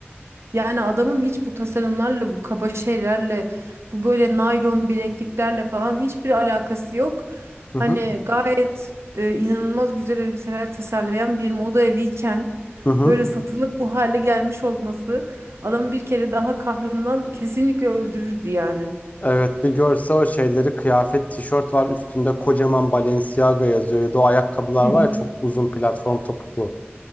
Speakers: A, on the right (about 80°); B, on the left (about 35°).
A: Yani adamın hiç bu tasarımlarla, bu kaba şeylerle, bu böyle naylon bilekliklerle falan hiçbir alakası yok.
B: hı
A: Hani
B: hı,
A: gayet e, inanılmaz güzel elbiseler tasarlayan bir moda eviyken
B: hı hı.
A: böyle satılıp bu hale gelmiş olması adamı bir kere daha kahrından kesinlikle öldürürdü yani.
B: Evet bir görse o şeyleri kıyafet tişört var üstünde kocaman Balenciaga yazıyor ya da o ayakkabılar
A: Hı
B: var
A: hı.
B: ya çok uzun platform topuklu.